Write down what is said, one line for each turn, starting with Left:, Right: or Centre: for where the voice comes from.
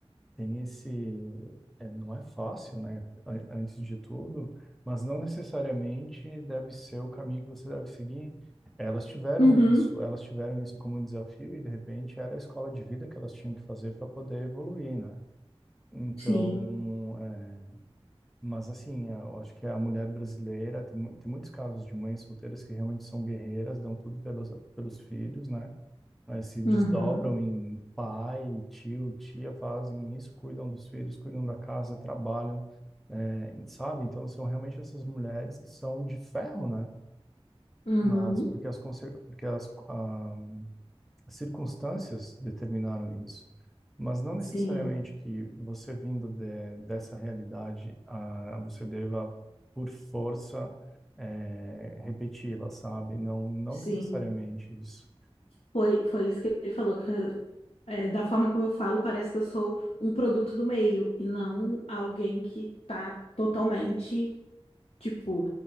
Centre: tem esse. é, não é fácil, né? an- Antes de tudo, mas não necessariamente deve ser o caminho que você deve seguir. Elas tiveram
Left: uhum,
Centre: isso, elas tiveram isso como desafio e de repente era a escola de vida que elas tinham que fazer para poder evoluir, né? Então,
Left: sim,
Centre: é, mas assim, é, eu acho que a mulher brasileira tem, mu- tem muitos casos de mães solteiras que realmente são guerreiras, dão tudo pelas, pelos filhos, né? né, se desdobram
Left: uhum,
Centre: em pai, tio, tia, fazem isso, cuidam dos filhos, cuidam da casa, trabalham, é, sabe? Então são realmente essas mulheres que são de ferro, né?
Left: uhum,
Centre: Mas porque as, conse- porque as, ah, as circunstâncias determinaram isso. Mas não necessariamente
Left: sim,
Centre: que você vindo de, dessa realidade, ah, você deva, por força, eh, repeti-la, sabe? Não, não
Left: sim.
Centre: necessariamente isso.
Left: Foi, foi isso que ele falou, que, eh, da forma como eu falo, parece que eu sou um produto do meio e não alguém que está totalmente Tipo,